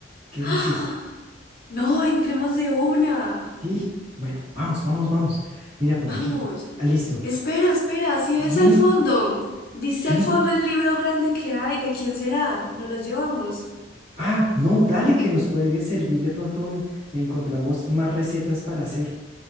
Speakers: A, on the right (about 30°); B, on the left (about 55°).
A: ¿Qué
B: ¡Ah!
A: dices?
B: No, entremos de una.
A: Sí, bueno, vamos, vamos, vamos. Mira por
B: Vamos.
A: aquí. Ah, listo.
B: Espera, espera. Si ves
A: Dime,
B: al fondo, dice
A: ¿qué?
B: al fondo el libro grande que hay. ¿De quién será? ¿Nos lo llevamos?
A: Ah, no, dale que nos puede servir. De pronto eh, encontramos más recetas para hacer.